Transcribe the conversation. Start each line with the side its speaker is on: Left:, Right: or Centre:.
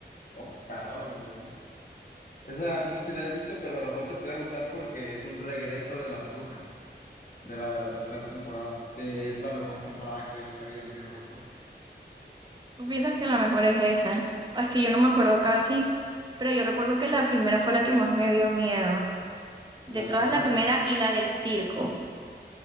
Left: octava o novena. Esa no sé si la hayas visto, pero a lo mejor te puede gustar porque es un regreso de las brujas, de la de la tercera temporada, que es la mejor temporada, creo yo, que ha habido en American Horror Story,
Right: ¿Tú piensas que la mejor es esa? O es que yo no me acuerdo casi, pero yo recuerdo que la primera fue la que más me dio miedo. De
Left: la
Right: todas,
Left: de la casa.
Right: la primera y la del circo.